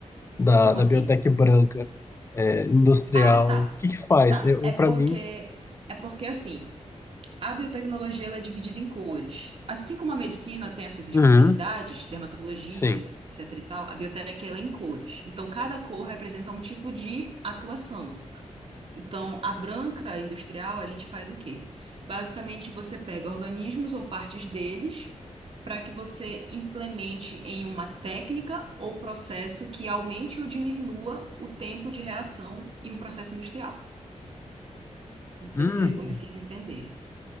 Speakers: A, on the left; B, on the right.
A: da,
B: como
A: da
B: assim?
A: biotech branca, é, industrial?
B: Ah, tá.
A: O que que faz?
B: Tá.
A: Eu,
B: É
A: para
B: porque
A: mim
B: é porque assim, a biotecnologia ela é dividida em cores. Assim como a medicina tem as suas especialidades,
A: Uhum,
B: dermatologia,
A: sim.
B: etc e tal, a biotec ela é em cores. Então cada cor representa um tipo de atuação. Então, a branca industrial, a gente faz o quê? Basicamente, você pega organismos ou partes deles para que você implemente em uma técnica ou processo que aumente ou diminua o tempo de reação em um processo industrial. Não sei
A: Hum.
B: se eu me fiz entender.